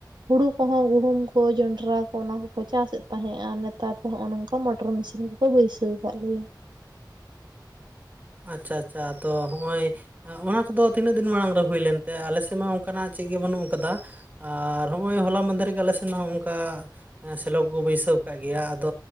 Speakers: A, on the right; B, on the right.
A: ᱦᱩᱲᱩ ᱠᱚᱦᱚᱸ ᱜᱩᱦᱩᱢ ᱠᱚ ᱡᱚᱱᱰᱨᱟ ᱠᱚ ᱚᱱᱟ ᱠᱚ ᱠᱚ ᱪᱟᱥᱮᱫ ᱛᱟᱦᱮᱸᱜ-ᱟ ᱱᱮᱛᱟᱨ ᱫᱚ ᱦᱚᱜᱚ ᱱᱚᱝ ᱢᱚᱴᱚᱨ ᱢᱮᱥᱤᱱ ᱠᱚᱠᱚ ᱵᱟᱹᱭᱥᱟᱹᱣ ᱠᱟᱫ ᱞᱮᱭᱟ
B: ᱟᱪᱷᱟ ᱟᱪᱷᱟ ᱛᱚ ᱦᱚᱜᱚᱭ ᱚᱱᱟ ᱠᱚ ᱫᱚ ᱛᱤᱱᱟᱹᱜ ᱫᱤᱱ ᱢᱟᱲᱟᱝ ᱨᱮ ᱦᱩᱭ ᱞᱮᱱ ᱛᱮ? ᱟᱞᱮ ᱥᱮᱫ ᱢᱟ ᱚᱱᱠᱟᱱᱟᱜ ᱪᱮᱫ ᱜᱮ ᱵᱟᱹᱱᱩᱜ ᱠᱟᱫᱟ᱾ ᱟᱨ ᱦᱚᱸᱜᱚᱭ ᱦᱚᱞᱟ ᱢᱟᱫᱷᱮᱨ ᱜᱮ ᱟᱞᱮ ᱥᱮᱱ ᱦᱚᱸᱜᱚᱝᱠᱟ ᱥᱮᱞᱚᱠ ᱠᱚᱠᱚ ᱵᱟᱹᱭᱥᱟᱹᱣ ᱠᱟᱜ ᱜᱮᱭᱟ ᱟᱫᱚ